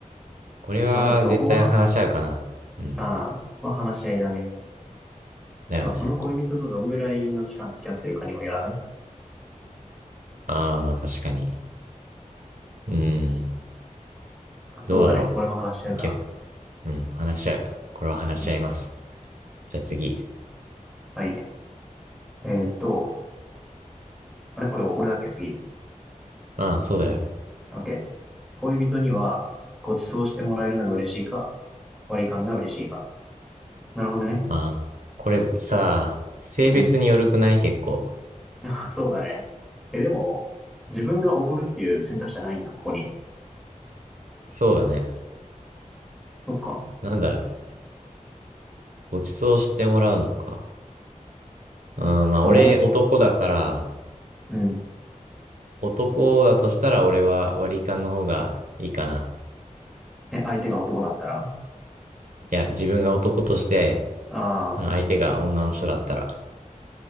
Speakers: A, on the right (about 80°); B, in the centre.
A: これは絶対話し合うかな。
B: まあでもそこは、
A: うん。
B: ああ、ここは話し合いだね。
A: だよね。
B: まあその恋人とどんぐらいの期間付き合ってるかにもよらない。
A: ああ、まあ確かに。うん。
B: まあそうだね。
A: どうだろ
B: 俺も話し合うかな。
A: う。逆、うん、話し合う。これは話し合います。
B: うん。
A: じゃあ次。
B: はい。えーっと、あれこれ俺だっけ次。
A: ああ、そうだよ。
B: OK。恋人にはご馳走してもらえるのが嬉しいか、割り勘が嬉しいか。なるほどね。
A: ああ、これさ、性別によるくない結構。
B: うん。あ、そうだね。え、でも、自分がおごるっていう選択肢はないんだ、ここに。
A: そうだね。
B: そっか。じ
A: なんだよ。ご馳走してもらうのか。うん、まあ俺男だから、
B: ゃあおご、うん。
A: 男だとしたら俺は割り勘の方がいいかな。
B: え、相手が男だったら
A: いや、自分が男として、
B: ああ
A: あ相手が女の人だったら。